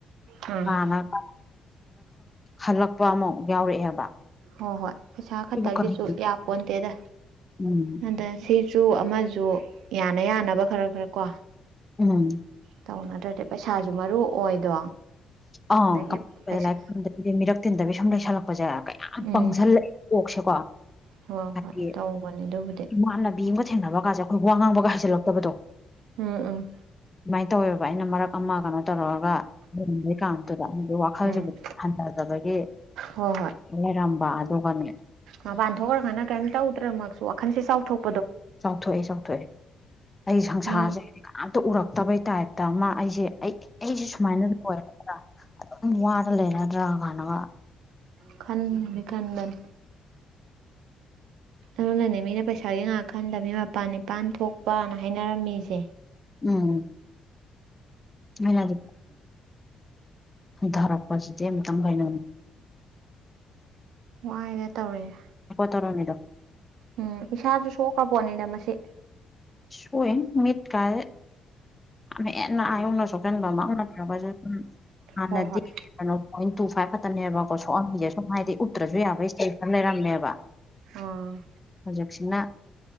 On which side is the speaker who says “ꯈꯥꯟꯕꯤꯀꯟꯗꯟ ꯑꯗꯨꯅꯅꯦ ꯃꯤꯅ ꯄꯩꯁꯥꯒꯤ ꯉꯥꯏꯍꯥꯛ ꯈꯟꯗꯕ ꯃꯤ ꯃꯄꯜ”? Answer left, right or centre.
Right